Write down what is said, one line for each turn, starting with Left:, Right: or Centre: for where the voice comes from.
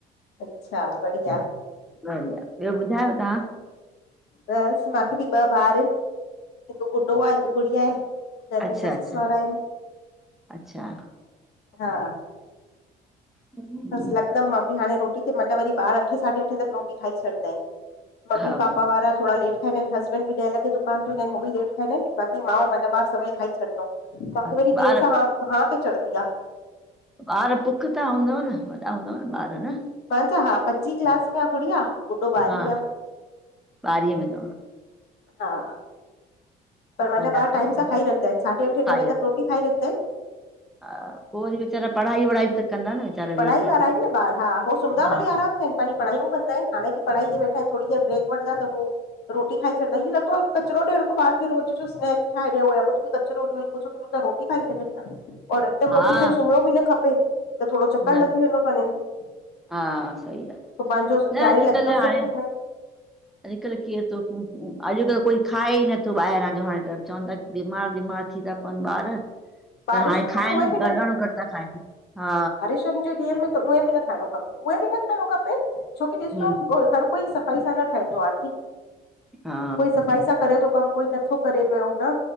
Left: अच्छा बढ़िया
Centre: बढ़िया, ॿियो ॿुधायो तव्हां
Left: बसि, माखे बि ॿ ॿार हिनि, हिकु ॻुॾो आ हिकु गुड़िया आहे। घर में
Centre: अच्छा
Left: ससु
Centre: अच्छा
Left: -सहुरा आहिनि,
Centre: अच्छा
Left: हा
Centre: ठीकु
Left: बसि लॻदमि
Centre: आहे
Left: मां बी हाणे रोटी ते, मांजा वरी ॿार अठे साढे अठे तक रोटी खाई छॾदा हिनि। मम्मी
Centre: हा
Left: पापा वारा थोड़ा लेट खाईंदा हिन, हसबैंड बि ॾहें लॻे दुकान तों ईदां हिनि हू बि लेट खाईदां हिनि। बाक़ी मां अंउं मांजा ॿार सवेल खाई छॾंदाऊं, माखे
Centre: हा, ॿार
Left: वरी देरि सां हा हां ते चढ़ंदी आ।
Centre: ॿार पुख्ता त हूंदव न, वॾा हूंदव न ॿार न
Left: मांजा हा पंजी क्लास में आ गुड़िया, ॻुॾो ॿारहीं
Centre: हा
Left: में आ।
Centre: ॿारीअ में अथव
Left: हा, पर मांजा
Centre: वॾा
Left: ॿार
Centre: थियव
Left: टाइम
Centre: त
Left: सां खाई रखंदा हिनि साढे अठे
Centre: खाई
Left: नवे
Centre: वठो
Left: तक रोटी खाई रखदा हिनि।
Centre: हा, पो वरी विचारा पढ़ाई वढाई बि त कंदा न वीचारा
Left: पढ़ाई
Centre: वेही करे
Left: वारा हिनि न ॿार, हा हो सुमदा
Centre: हा
Left: भली आराम सां इनि पांजी पढ़ायूं कंदा हिनि, हाणे बि पढ़ाई ते वेठा हिनि, थोड़ी देरि ब्रेक वठंदा त पो रोटी खाई छॾंदा, हीअं लॻदो आ कचरो ॾियण खां ॿार खे रोज़ जो स्नेक्स ठाहे ॾियंउं या कुछु बि कचरो ॾियुं, हिनखुं सुठो त रोटी खाई छॾंन न, और हिकदमि
Centre: हा
Left: रोटी खाई सुम्हिणो बि न खपे थोड़ो चक्कर
Centre: न
Left: लॻी वेंदो तनि इनि
Centre: हा सही आहे
Left: पो पांजो
Centre: न
Left: यारहें
Centre: अॼुकल्ह
Left: लॻे तउं सुम्ह
Centre: हाणे
Left: पईंदा हिन।
Centre: अॼुकल्ह केरु तो, अॼुकल्ह कोई खाए ई नथो ॿाहिरां जो हाणे त, चवनि ता बीमार -बीमार थी ता पवनि ॿार,
Left: बारिशुनि
Centre: त हाणे खाइनि
Left: में उहे
Centre: ॾाढाणो घटि था खाइनि, हा
Left: शन जे ॾीहन में त उहें बि न खाइणो खपे, उहे बि न खाइंणो खपे, छोकी ॾिसो
Centre: हम्म
Left: हर कोई सफ़ाई सां न ठाहींदो आ आंटी,
Centre: हा
Left: कोई सफ़ाई सां करे थो कम कोई नथो करे पियो न,